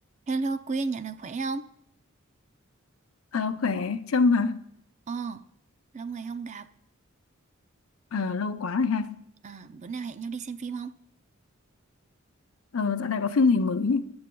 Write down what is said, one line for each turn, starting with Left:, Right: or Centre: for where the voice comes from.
Right: Hello Quyên, nhận được khỏe không?
Left: Ờ, khỏe Trâm hả
Right: Ờ, lâu ngày không gặp.
Left: Ờ, lâu quá rồi ha
Right: À, bữa nào hẹn nhau đi xem phim không?
Left: ờ, dạo này có phim gì mới nhỉ?